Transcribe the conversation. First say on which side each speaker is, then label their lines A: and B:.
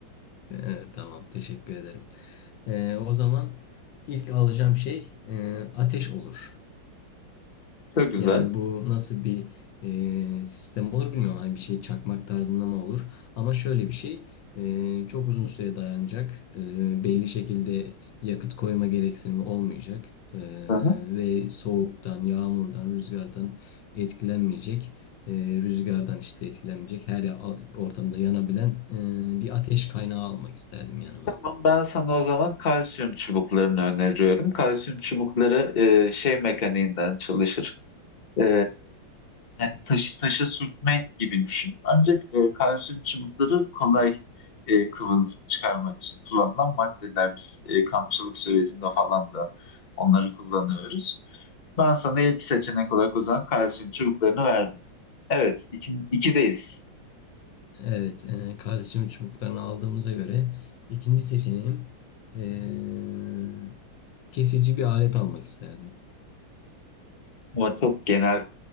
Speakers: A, on the left; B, on the left.
A: Ee, tamam, teşekkür ederim. Ee, o zaman ilk alacağım şey e, ateş olur.
B: Çok güzel.
A: Yani bu nasıl bir e, sistem olur bilmiyorum. Hani bir şey çakmak tarzında mı olur? Ama şöyle bir şey e, çok uzun süre dayanacak. E, belli şekilde yakıt koyma gereksinimi olmayacak. E,
B: Hı hı.
A: ve soğuktan, yağmurdan, rüzgardan etkilenmeyecek. E, rüzgardan işte etkilenmeyecek. Her ya- ortamda yanabilen e, bir ateş kaynağı almak isterdim yanıma.
B: Tamam ben sana o zaman kalsiyum çubuklarını öneriyorum. Kalsiyum çubukları e, şey mekaniğinden çalışır. Ee, yani taşı taşa sürtme gibi düşün. Ancak e, kalsiyum çubukları kolay e, kıvılcım çıkarmak için kullanılan maddeler. Biz e, kampçılık sürecinde falan da onları kullanıyoruz. Ben sana ilk seçenek olarak o zaman kalsiyum çubuklarını verdim. Evet, iki, ikideyiz.
A: Evet, e, kardeşimin çubuklarını aldığımıza göre ikinci seçeneğim e, kesici bir alet almak isterdim.
B: Ama çok genel.